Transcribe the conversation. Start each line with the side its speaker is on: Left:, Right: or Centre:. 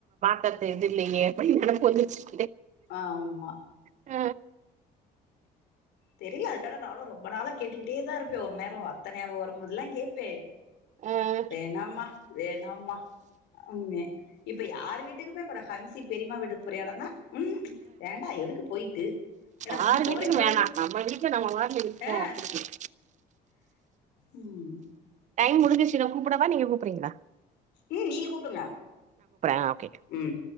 Right: <unintelligible> தெரிலயே <inaudible>
Left: ஆம்மா
Right: அ
Left: தெரில அதுக்கான நாளு ரொம்ப நாளா கேட்டுக்கிட்டே தா இருப்பே ஒரு நேரோ அத்தனையாவ வரும்போதெல்லா கேப்பே
Right: ஆ ஆ
Left: வேணாம்மா வேணாம்மா ம்மே இப்ப யாரு வீட்டுக்குமே போறா ஹன்சி பெரிம்மா வீட்டுக்கு போறியாடானா ம்ஹூம் வேண்டா எதுக்கு போயிட்டு என்ன முன்னி
Right: யார்
Left: போறேம்
Right: வீட்டுக்கு
Left: போறேன்னு
Right: வேணா நம்ம வீட்ல நம்ம பாட்டுல இருப்போ
Left: ஆ
Right: அப்டின்னு
Left: ம்
Right: டைம் முடுஞ்சுருச்சு நா கூப்புடவா நீங்க கூப்புறீங்களா
Left: ம் நீங்க கூப்புடுங்க
Right: ஆ ஓகே
Left: ம்